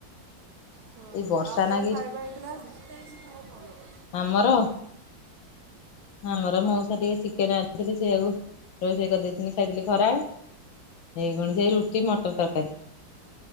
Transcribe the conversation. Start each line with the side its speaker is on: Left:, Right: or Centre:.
Right: ହୁଁ
Left: ଏଇ ବର୍ଷା
Right: ଆଉ କଣ
Left: ନାଗି
Right: ଖାଇବା ହେଇଥିଲା ଆଜି?
Left: ଆମର? ଆମର ମଉସା ଟିକେ ଚିକେନେ ଆଣିଥିଲେ ସେଇଆକୁ ରୋଷେଇ କରିଦେଇଥିଲି ଖାଇଥିଲେ ଖରାଳେ। ଏଇଖୁଣି ସେଇ ରୁଟି ମଟର୍ ତରକାରୀ।